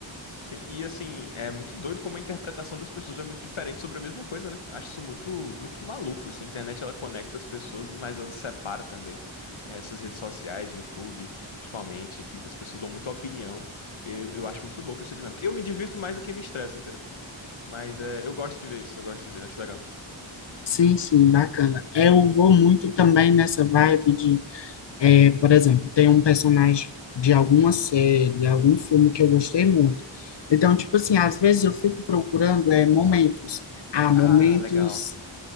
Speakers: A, on the left; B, on the left.
A: Sim, e assim, é muito doido como a interpretação das pessoas é muito diferente sobre a mesma coisa, né? Acho isso muito, muito maluco, assim. A internet, ela conecta as pessoas, mas ela separa também eh, essas redes sociais, YouTube, principalmente, que as pessoas dão muita opinião. Eu, eu acho muito louco essa dinâmica. Eu me divirto mais do que me estressa, entendeu? Mas eh, eu gosto de ver isso, eu gosto de ver, acho legal.
B: Sim, sim, bacana. É, Eu vou muito também nessa vibe de É, por exemplo, tem um personagem de alguma série, algum filme que eu gostei muito. Então, tipo assim, às vezes eu fico procurando é, momentos. Ah, momentos,
A: Ah, legal.